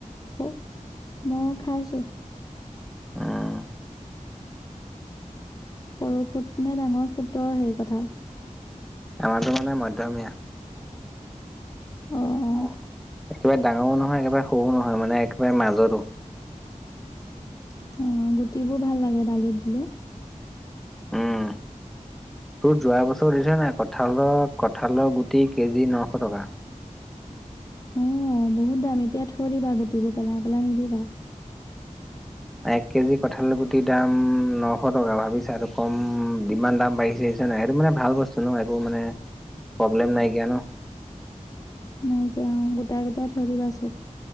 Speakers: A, on the left; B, in the centre.
A: <unintelligible> মইও খাইছোঁ।
B: উম।
A: সৰু ফুট নে ডাঙৰ ফুটৰ সেই কঁঠাল?
B: আমাৰটো মানে মধ্যমীয়া।
A: অ।
B: একেবাৰে ডাঙৰো নহয়, একেবাৰে সৰুও নহয় মানে একেবাৰে মাজতো।
A: অ, গুটিবোৰ ভাল লাগে দালিত দিলে।
B: উম, তোৰ যোৱা বছৰ <unintelligible> নাই কঁঠাল কঁঠাল গুটি কেজি নশ টকা।
A: অ, বহুত দাম। এতিয়া থৈ দিবা গুটিবোৰ পেলাই পেলাই নিদিবা।
B: এক কেজি কঁঠাল গুটিৰ দাম নশ টকা ভাবিছা আৰু কম যিমান দাম বাঢ়িছে নাই। সেইটো মানে ভাল বস্তু ন, একো মানে প্ৰব্লেম নাই কিয়া ন।
A: নাইকিয়া অ, গোটাই গোটাই থৈ দিবা চব।